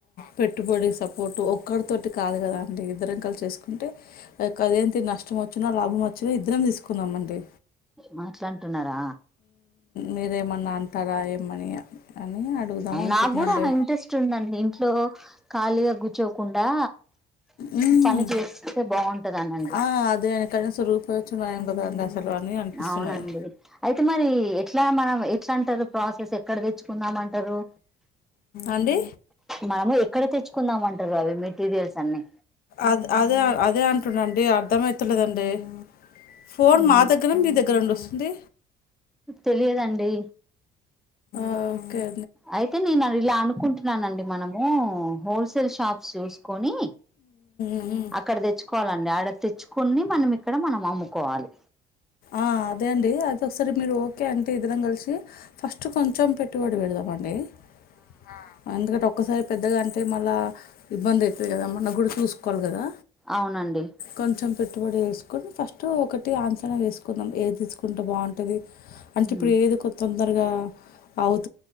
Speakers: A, on the left (about 60°); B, in the centre.
A: పెట్టుబడి సపోర్టు ఒక్కరితోటి కాదు కదా అంటే ఇద్దరం కలిసి చేసుకుంటే అదేంటి నష్టం వచ్చినా లాభం వచ్చినా ఇద్దరం తీసుకుందాంమండి
B: మాట్లంటున్నారా
A: మీరేమన్నా అంటారా ఏమని అని అడుగుదాం అనుకుంటున్నాండి
B: నాకు కూడా ఇంట్రెస్ట్ ఉందండి ఇంట్లో ఖాళీగా కూర్చోకుండా
A: ఉమ్
B: పని చేస్తే బాగుంటదనండి
A: ఆ అదే కనీసం రూపాయి వచ్చి నయం కదండి అసలు అని అనిపిస్తున్నది
B: అవునండి అయితే మరి ఎట్లా మనం ఎట్లా అంటారు ప్రాసెస్ ఎక్కడ తెచ్చుకుందామంటారు
A: అండి
B: మనము ఎక్కడ తెచ్చుకుందామ అంటారు అవి మెటీరియల్స్ అన్ని
A: అదే అదే అదే అంటుండండి అర్థమవుతలేదండి ఫోన్
B: మ్,
A: మా దగ్గర మీ దగ్గర ఉండి వస్తుంది
B: తెలియదండి
A: ఓకే
B: అయితే నేను ఇలా అనుకుంటున్నానండి మనము హోల్ సేల్ షాప్ చూసుకొని
A: ఉమ్
B: అక్కడ తెచ్చుకోవాలి కొన్ని ఆడ తెచ్చుకుని మనం ఇక్కడ మనం అమ్ముకోవాలి
A: ఆ అదే అండి అయిది ఒకసారి మీరు ఓకే అంటే ఇదరం కలిసి ఫస్ట్ కొంచెం పెట్టుబడి పెడదామండి ఆ అందు ఒకసారి పెద్దగా అంటే మళ్ళీ ఇబ్బంది అవుతుంది కదా మనం కూడా చూసుకోవాలి కదా
B: అవునండి
A: కొంచెం పెట్టుబడి వేసుకొని ఫస్ట్ ఒకటి ఆంచన వేసుకు తీసుకుంటే బాగుంటంది అంటే ఇప్పుడు
B: మ్.
A: తొందరగా అది